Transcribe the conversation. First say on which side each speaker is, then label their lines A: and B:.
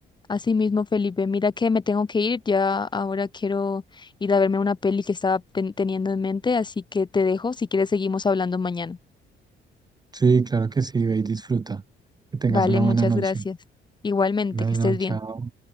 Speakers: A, on the left; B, on the right.
A: Así mismo, Felipe, mira que me tengo que ir, ya ahora quiero ir a verme una peli que estaba ten- teniendo en mente, así que te dejo, si quieres seguimos hablando mañana.
B: Sí, claro que sí, ve y disfruta. Que tengas
A: Vale,
B: una
A: muchas
B: buena noche.
A: gracias. Igualmente,
B: Buenas
A: que estés
B: noches,
A: bien.
B: chao.